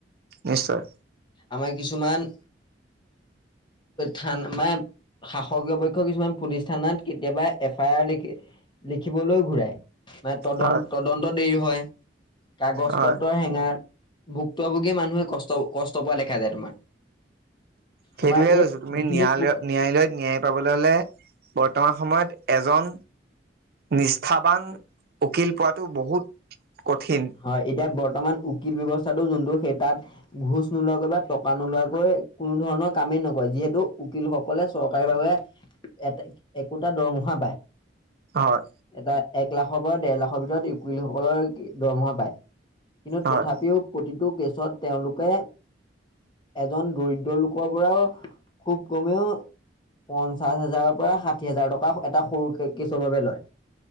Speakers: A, on the right; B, on the left.
A: নিশ্চয়।
B: আমাৰ কিছুমান থান মানে। শাসকীয় পক্ষ কিছুমান পুলিচ থানাত কেতিয়াবা এফ আই আৰ লিখে লিখিবলৈ ঘূৰাই, মানে তদন্ত
A: হয়
B: তদন্ত দেৰি হয়। কাগজ
A: হয়
B: পত্ৰ হেঙাৰ ভুক্তভোগী মানুহে কষ্ট কষ্ট পোৱা দেখা যায় তোমাৰ।
A: সেইটোয়ে
B: তোমাৰ এই
A: কৈছো তুমি
B: যিখিনি
A: ন্যায়ালয় ন্যায়ালয়ত ন্যায় পাবলৈ হলে বৰ্তমান সময়ত এজন। নিষ্ঠাবান। উকিল পোৱাটো বহুত কঠিন
B: হয়, এতিয়া বৰ্তমান উকিল ব্যৱস্থা টো যোনটো সেই তাত ঘোচ নোলোৱাকৈ বা টকা নোলোৱাকৈ কোনো ধৰণৰ কামেই নকৰে, যিহেতু। উকিল সকলে চৰকাৰী বাবে একোটা দৰমহা পায়।
A: হয়
B: এটা এক লাখৰ পৰা ডেৰ লাখৰ ভিতৰত উকিল সকলে দৰমহা পায়। কিন্তু
A: হয়
B: তথাপিও প্ৰতিটো কেছত তেওঁলোকে এজন দৰিদ্ৰ লোকৰ পৰাও খুব কমেও পঞ্চাশ হাজাৰৰ পৰা ষাঠি হাজাৰ টকা এটা সৰু কেচৰ বাবে লয়।